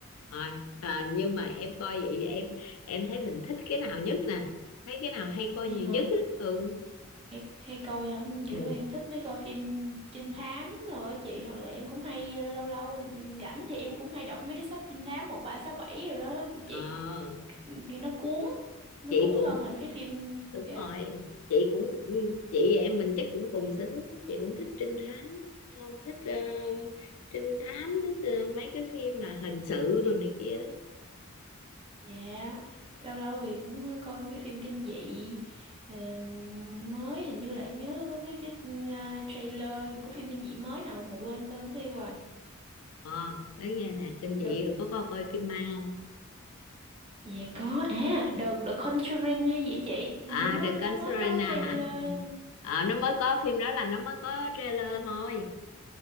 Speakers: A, on the left; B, on the right.
A: rồi Ờ, nhưng mà em coi vậy em em thấy mình thích cái nào nhất nè thấy cái nào hay coi nhiều
B: Em hả?
A: nhất á ừ
B: Hay, hay coi hả?
A: ừ
B: Kiểu em thích mấy coi phim trinh thám rồi á chị hoặc là em cũng hay ờ, lâu lâu ừ, rảnh thì em cũng hay đọc mấy cái sách trinh thám 1367 rồi đó chị.
A: ờ,
B: Cái- Nó cuốn, nó
A: chị
B: cuốn
A: cũng
B: hơn là mấy cái phim
A: đúng
B: dạ.
A: rồi chị cũng chị em mình chắc cũng cùng sở thích chị cũng thích trinh thám không thích ờ, trinh thám thích ờ, mấy cái phim mà hình sự rồi này kia đó
B: Dạ, lâu lâu thì cũng ờ, coi mấy phim kinh dị ờ, mới hình như là em nhớ là có cái cái ờ, trailer của phim kinh dị mới nào mà quên tên đi rồi.
A: ờ nói nghe nè kinh dị
B: Được.
A: rồi có coi coi phim ma không
B: Dạ có à, được The Conjuring hay gì á chị? Hình
A: à
B: như nó
A: The
B: nó
A: Conjuring
B: mới có
A: hả
B: trailer
A: à, Ờ, nó mới có phim đó là nó mới có trailer thôi